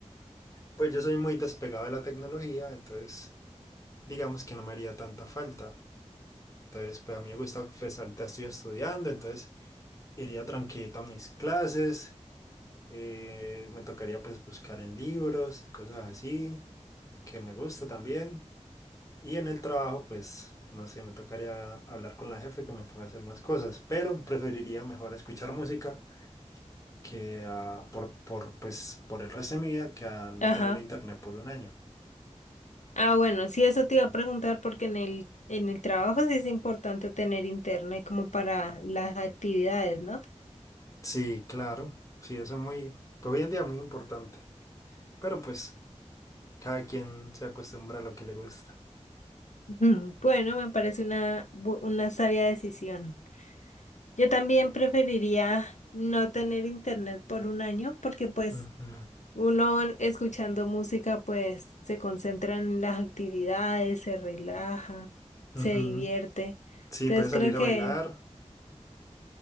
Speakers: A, on the left; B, on the left.
A: pues yo soy muy despegado de la tecnología, entonces digamos que no me haría tanta falta. Entonces, pues a mí me gusta, pues ahorita estoy estudiando, entonces iría tranquilito a mis clases, eh, me tocaría pues buscar en libros y cosas así, que me gusta también. Y en el trabajo, pues, no sé, me tocaría hablar con la jefe que me ponga a hacer más cosas, pero preferiría mejor escuchar música que a- por, por, pues, por el resto de mi vida que a no
B: Ajá.
A: tener internet por un año.
B: Ah, bueno, sí, eso te iba a preguntar porque en el, en el trabajo sí es importante tener internet como para las actividades, ¿no? <clears throat>
A: Sí, claro, sí, eso es muy, pues hoy en día muy importante, pero pues cada quien se acostumbra a lo que le gusta.
B: Ujú. Bueno, me parece una, bu- una sabia decisión. Yo también preferiría no tener internet por un año porque pues
A: Ujú,
B: uno en- escuchando música pues se concentra en las actividades, se relaja,
A: ujú.
B: se divierte.
A: Sí,
B: Entonces
A: puede salir
B: creo que
A: a bailar.